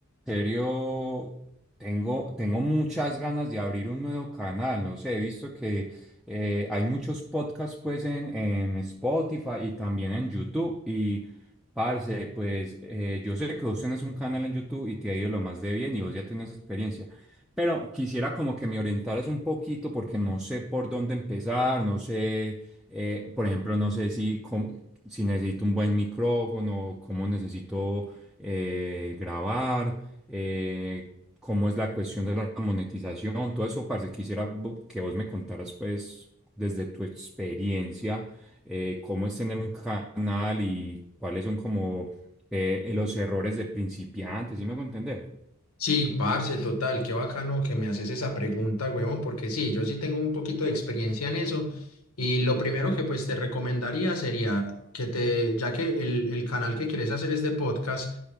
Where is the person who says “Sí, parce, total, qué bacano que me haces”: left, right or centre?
Left